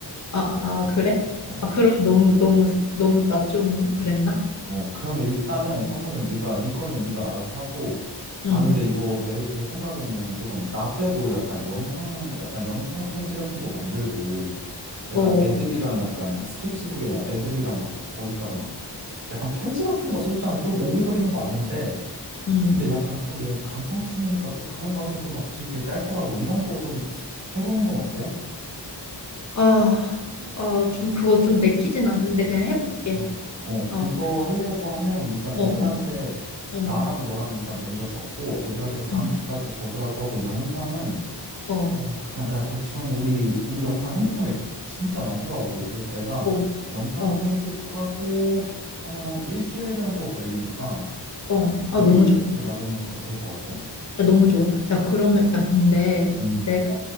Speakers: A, on the left; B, on the right.
A: 아, 아, 그래?
B: 어.
A: 아, 그럼 너무, 너무, 너무 나 좀 그랬나?
B: 어. 그러면 일단은 선물은 네가, 네 거는 네가 알아서 하고, 아,
A: 응,
B: 근데 이거 내, 내 생각에는 조금, 나 때도 약간 영상, 약간 영상 편지 같은 거 만들고, 약간
A: 어,
B: 애들이랑 약간 스케치북에 막 애들이랑 막 거기다가 막 약간 편지 같은 거 써주잖아. 좀 오글거리는 거 아는데,
A: 응.
B: 근데 약간 또 얘 감성충이니까 또 그런 거 하면 또 막 질질 짤 거라고 이런 거 좀 해보는 건 어때?
A: 아, 아, 좀 그거 좀 내키진 않은데 그냥 해볼게.
B: 어, 어, 그거
A: 어,
B: 하려고 하면 일단 애들한테
A: 어, 어, 어,
B: 나랑 너랑 일단 먼저 적고 애들한테 다음
A: 응,
B: 주까지 적으라고 하고 영상은
A: 어,
B: 어, 그냥 내가 대충 우리, 우리 영상 핸드폰에 기- 진짜 많더라고. 그래서 내가
A: 어,
B: 영상
A: 어,
B: 편집하고 하면 한 일주일 정도 걸리니까
A: 어. 아,
B: 여유롭게
A: 너무 좋다.
B: 나오면 될 것 같아.
A: 야, 너무 좋아. 야, 그러면, 야, 근데
B: 음,
A: 내가,